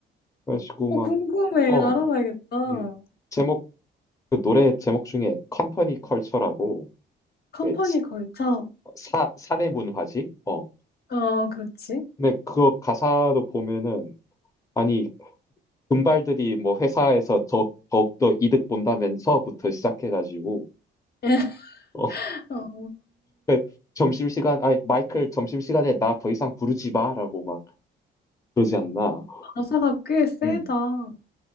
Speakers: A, on the left; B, on the left.
A: 그래가지고
B: 어,
A: 막
B: 궁금해.
A: 어
B: 알아봐야겠다.
A: 음. 제목 그 노래 제목 중에 컴퍼니 컬처라고
B: 컴퍼니
A: 예,
B: 걸쳐.
A: 사 사대 문화지 어
B: 어, 그렇지.
A: 근데 그 가사로 보면은 아니 분발들이 뭐 회사에서 더, 더욱더 이득 본다면서부터 시작해가지고,
B: <laughs>
A: 어,
B: 아,
A: <laughs> 점심시간, 아니, 마이클 점심시간에 나 더 이상 부르지 마, 라고 막 그러지 않나.
B: 가사가 꽤 세다.
A: 음,
B: 어,